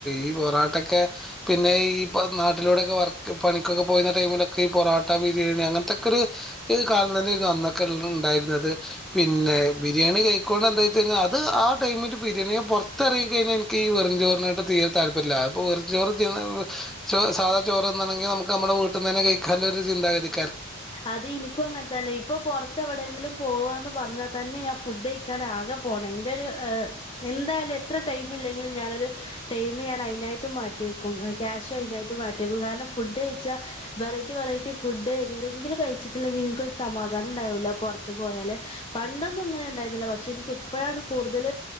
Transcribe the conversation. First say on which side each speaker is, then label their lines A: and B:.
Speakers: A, in the centre; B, on the left (about 25°).
A: ഈ പൊറാട്ടൊക്കെ പിന്നെ ഈ നാട്ടിലൂടൊക്കെ പണിക്കൊക്കെ പോയിന്ന ടൈമിലൊക്കെ ഈ പൊറോട്ട ബിരിയാണി അങ്ങനത്തൊക്കെ ഒരു കാലം തന്നെ അന്നൊക്കെ ഉള്ള ഉണ്ടായിരുന്നത് പിന്നെ ബിരിയാണി കഴിക്കോണ്ട് എന്താച്ചഴിഞ്ഞാൽ അത് ആ ടൈമില് ബിരിയാണിയെ പുറത്തിറങ്ങ കഴിഞ്ഞാൽ എനിക്ക് ഈ വെറും ചോറിനായിട്ട തീരെ താല്പര്യല്ല അപ്പൊ വെറുംചോറ് തിന്ന സാധാ ചോറ് ങ്കിൽ നമുക്ക് നമ്മുടെ വീട്ടുന്നെന്നെ കഴിക്കലോ ഒരു ചന്താഗതി
B: അത് ഇനിക്കും അങ്ങനെ തന്നെ ഇപ്പൊ പുറത്ത് എവിടെയെങ്കിലും പോവാന്ന് പറഞ്ഞാൽ തന്നെ ഞ ഫുഡ് കഴിക്കാൻ ആകെ പോണം എന്റെറെ ഒരു എന്തായാലും എത്ര ടൈം ഇല്ലെങ്കിലും ഞാനൊരു ടൈം അതിനായിട്ട് മാറ്റിവെക്കും ക്യാഷും അതിനായിട്ടും മാറ്റിവ വക്കും കാരണം ഫുഡ് കഴിച്ചാൽ വെറൈറ്റി വെറൈറ്റി ഫുഡ് എ ങ്കിലും കഴിച്ചിട്ടില്ലെങ്കിൽ ഇൻക്കൊരു സമാധാനം ഉണ്ടാവൂല്ല പുറത്ത് പോയാല് പണ്ടൊന്നും ഇങ്ങനെ ഉണ്ടായിരുന്നില്ല പക്ഷെ എനിക്ക് ഇപ്പോഴാണ് കൂടുതൽ